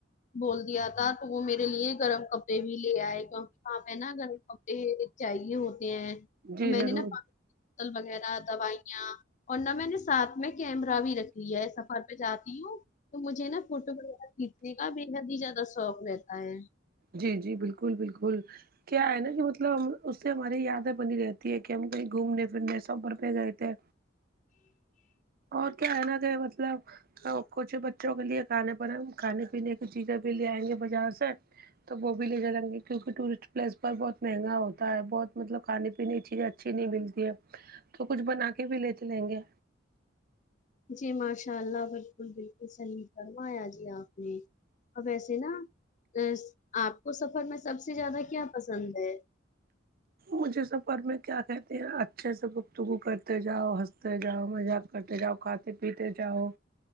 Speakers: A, on the left (about 40°); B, on the right (about 50°).
A: بول دیا تھا تو وہ میرے لیے گرم کپ پ بھی لے آئے کیونکہ وہاں پہ نا گرم کپڑے چاہیے ہوتے ہیں
B: جی
A: اور میں
B: ضرور
A: نے نا پ بوتل وغیرہ دوائیاں اور نہ میں نے ساتھ میں کیمرہ بھی رکھ لیا ہے سفر پے جاتی ہوں تو مجھے نا فوٹو وغیرہ کھینچنے کا بے حد ہی زیادہ شوق رہتا ہے
B: جی جی بالکل بالکل کیا ہے نا کہ مطلب ہم اس سے ہماری یادیں بنی رہتی ہے کہ ہم کہیں گھومنے پھرنے سفر پہ گئے تھے اور کیا ہےنا تھ مطلب اور کچھ بچوں کے لیے کھانے پر ہم کھانے پینے کی چیزیں بھی لے آئیں گے بازار سے تو وہ بھی لے جائیں گے کیونکہ ٹورسٹ پلیس پر بہت مہنگا ہوتا ہے بہت مطلب کھانے پینے چیزیں اچھی نہیں ملتی ہے تو کچھ بنا کے بھی لے چلیں گے
A: جی ماشاء اللہ بالکل بالکل صحیح فرمایا جی آپ نے اور ویسے نا اس آپ کو سفر میں سب سے زیادہ کیا پسند ہے
B: مجھے سفر میں کیا کہتے ہیں اچھے سے گفتگو کرتے جاؤ ہنستے جاؤ مزہ کرتے جاؤ کھاتے پیتے جاؤ